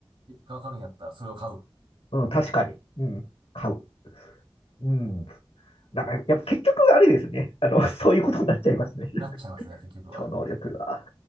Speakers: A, on the right (about 55°); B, on the left (about 85°).
A: 結果わかるんやったらそれを買う。
B: うん、確かに。うん、買う。うん。なんから、やっぱ結局、あれですね。あの、そういうことになっちゃいますね。<laughs>
A: なっちゃいますね、結局は。
B: 超能力が。